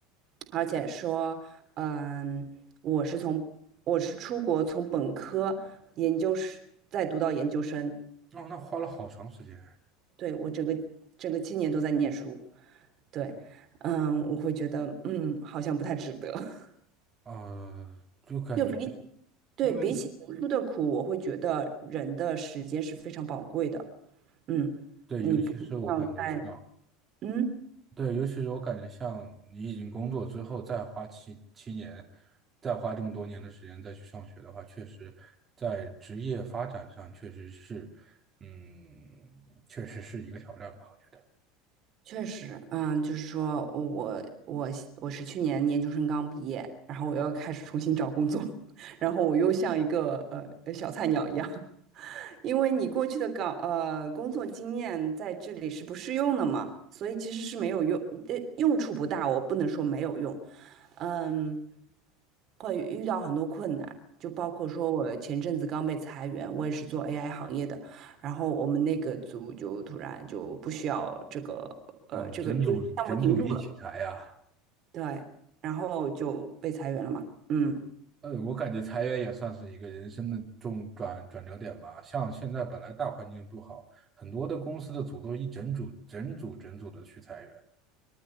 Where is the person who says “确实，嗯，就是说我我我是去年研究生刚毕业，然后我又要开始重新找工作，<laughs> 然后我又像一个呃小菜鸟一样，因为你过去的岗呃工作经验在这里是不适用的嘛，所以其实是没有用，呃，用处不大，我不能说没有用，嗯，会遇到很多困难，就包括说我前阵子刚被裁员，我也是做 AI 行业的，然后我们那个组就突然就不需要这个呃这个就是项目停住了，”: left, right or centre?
Right